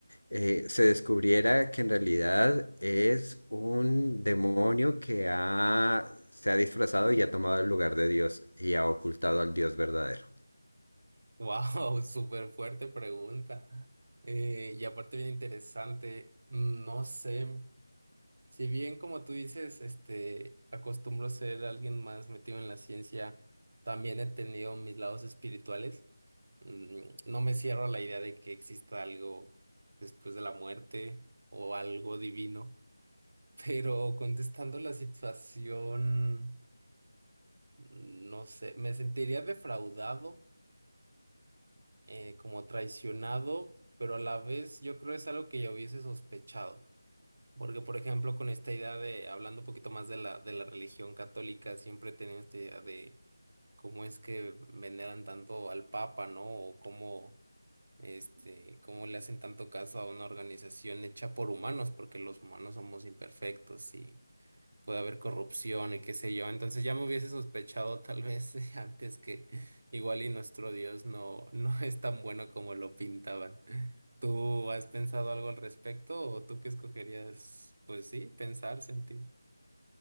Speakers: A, on the left; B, on the right.
A: eh, se descubriera que en realidad es un demonio que ha- se ha disfrazado y ha tomado el lugar de Dios y ha ocultado al Dios verdadero.
B: Wow, <laughs> súper fuerte pregunta. Eh, y aparte bien interesante. No sé. Si bien, como tú dices, este, acostumbro ser alguien más metido en la ciencia, también he tenido mis lados espirituales. Mm, No me cierro a la idea de que exista algo después de la muerte o algo divino, <laughs> pero contestando la situación, no sé, me sentiría defraudado, eh, como traicionado, pero a la vez yo creo es algo que ya hubiese sospechado. Porque, por ejemplo, con esta idea de, hablando un poquito más de la, de la religión católica, siempre he tenido esta idea de cómo es que veneran tanto al Papa, ¿no? O cómo, este, cómo le hacen tanto caso a una organización hecha por humanos, porque los humanos somos imperfectos y, puede haber corrupción y qué sé yo. Entonces ya me hubiese sospechado tal vez <laughs> antes que igual y nuestro Dios no, <laughs> no es tan bueno como lo pintaban. ¿Tú has pensado algo al respecto o tú qué escogerías? Pues sí, pensar, sentir.